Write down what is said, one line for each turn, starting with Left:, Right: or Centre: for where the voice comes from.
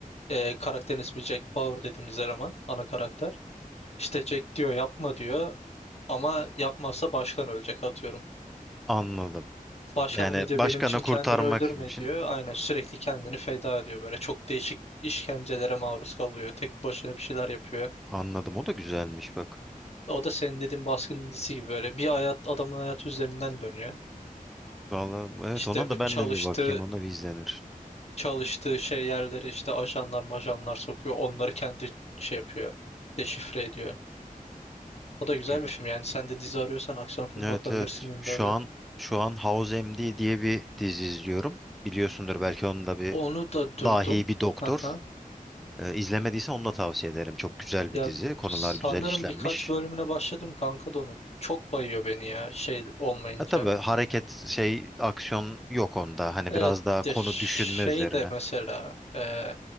Left: e, karakterin ismi Jack Bauer dediğimiz eleman. Ana karakter. İşte Jack diyor yapma diyor. Ama yapmazsa başkan ölecek atıyorum.
Centre: Anladım.
Left: Başkan
Centre: Yani
Left: bunu diyor
Centre: başkanı
Left: benim için kendini
Centre: kurtarmak
Left: öldürme
Centre: için.
Left: diyor. Aynen sürekli kendini feda ediyor böyle. Çok değişik işkencelere maruz kalıyor. Tek başına bir şeyler yapıyor.
Centre: Anladım. O da güzelmiş bak.
Left: O da senin dediğin baskıncısı gibi böyle bir hayat adamın hayatı üzerinden dönüyor.
Centre: Vallahi evet
Left: İşte
Centre: ona
Left: bu
Centre: da ben
Left: çalıştığı
Centre: de bir bakayım. Ona bir izlenir.
Left: çalıştığı şey yerleri işte ajanlar majanlar sokuyor. Onları kendi şey yapıyor. Deşifre ediyor. O da güzel
Centre: Gü-
Left: bir film yani sen de dizi arıyorsan aksiyon film
Centre: Evet
Left: bakabilirsin
Centre: evet.
Left: 24'e.
Centre: Şu an şu an House MD diye bir dizi izliyorum. Biliyorsundur belki onun da bir
Left: Onu da duydum.
Centre: dahi bir doktor.
Left: <laughs>
Centre: Ee, izlemediysen onu da tavsiye ederim. Çok güzel
Left: Ya
Centre: bir dizi. Konular
Left: sanırım
Centre: güzel işlenmiş.
Left: birkaç bölümüne başladım kanka da onun. Çok bayıyor beni ya şey olmayınca.
Centre: E tabii hareket şey aksiyon yok onda. Hani
Left: Evet
Centre: biraz daha konu
Left: ya şey
Centre: düşünme üzerine.
Left: de mesela e,